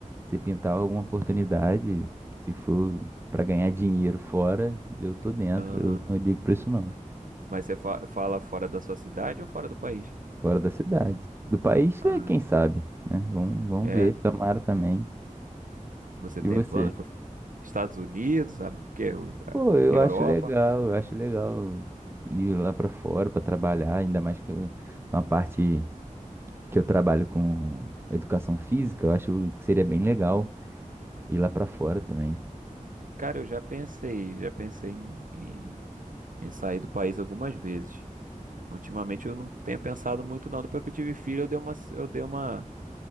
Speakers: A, on the right; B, on the right.
A: se pintar alguma oportunidade, se for pra ganhar dinheiro fora, eu tô dentro.
B: Aham.
A: Eu não ligo pra isso, não.
B: Mas você fa- fala fora da sua cidade ou fora do país?
A: Fora da cidade. Do país,
B: Ah,
A: eh, quem sabe, né? Vamos, vamos
B: é.
A: ver. Tomara também.
B: Você
A: E
B: tem
A: você?
B: planos para Estados Unidos, sabe? o quê? O- a-
A: Pô, eu
B: Europa?
A: acho legal, eu acho legal ir lá pra fora pra trabalhar, ainda mais que eu- com a parte que eu trabalho com educação física, eu acho que seria bem legal ir lá pra fora também.
B: Cara, eu já pensei, já pensei em, em, em sair do país algumas vezes. Ultimamente eu não tenho pensado muito não. Depois que eu tive filho, eu dei uma, eu dei uma,